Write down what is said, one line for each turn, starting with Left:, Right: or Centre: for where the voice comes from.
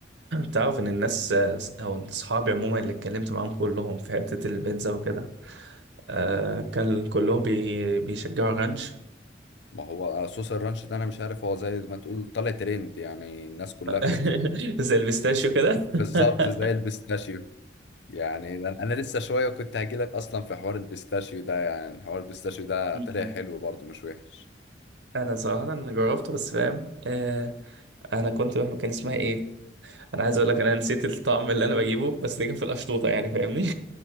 Right: تعرف ان الناس او اصحابي عموما اللي اتكلمت معاهم كلهم في حتة البيتزا وكده آه كان كلهم بي بيشجعوا رانش
Left: ما هو آه، صوص الرانش ده انا مش عارف هو زي ما تقول طالع ترند يعني الناس كلها
Right: <laughs>
Left: فين
Right: زي البيستاشيو كده <laughs>
Left: بالظبط زي البيستاشيو يعني ده انا لسه شويه كنت هجيلك اصلا في حوار البيستاشيو ده يعني حوار البيستاشيو ده
Right: م-م.
Left: طلع حلو برضه مش وحش
Right: انا صراحة انا جربته بس فاهم آه انا كنت بحب كان اسمها ايه انا عايز اقول لك انا نسيت الطعم اللي انا بجيبه بس ده كان في القشطوطة يعني فاهمني